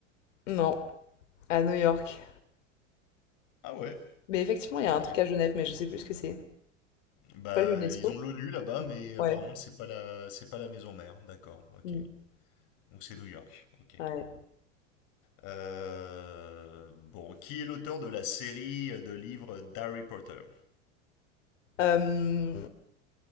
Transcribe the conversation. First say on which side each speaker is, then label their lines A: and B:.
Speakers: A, on the left (about 75°); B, on the left (about 55°).
A: Non, à New York.
B: Ah ouais.
A: Mais effectivement, il y a
B: Ok.
A: un truc à Genève, mais je sais plus ce que c'est.
B: Bah
A: pas l'UNESCO?
B: ils ont l'ONU là-bas, mais
A: Ouais.
B: apparemment c'est pas la c'est pas la maison mère. D'accord. Ok.
A: Mm.
B: Donc c'est New York. Ok.
A: Ouais.
B: Euh, bon, qui est l'auteur de la série de livres d'Harry Potter
A: Euh,